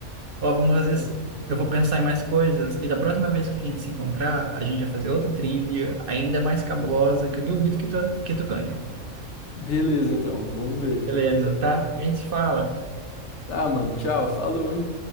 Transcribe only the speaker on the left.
É,
beleza, então, vamos ver.
Tá, mano, tchau, falou, hein?